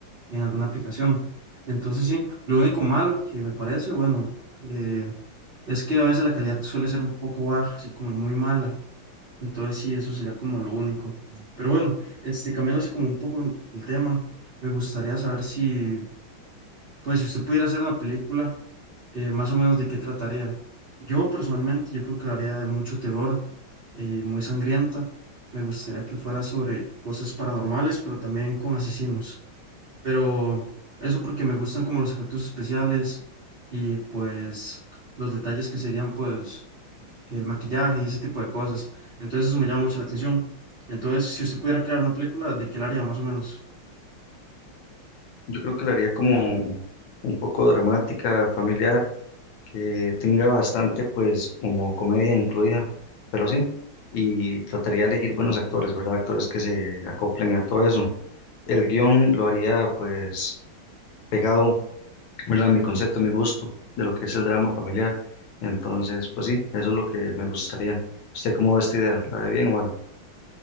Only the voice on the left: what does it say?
Yo creo que la haría como un poco dramática, familiar que tenga bastante, pues, como comedia incluida, pero sí, y trataría de elegir buenos actores, ¿verdad? Actores que se acoplen a todo eso. El guión lo haría, pues, pegado, ¿verdad? a Mi concepto, a mi gusto de lo que es el drama familiar. Entonces, pues sí, eso es lo que me gustaría. ¿Usted cómo ve esta idea? ¿La ve bien o mal?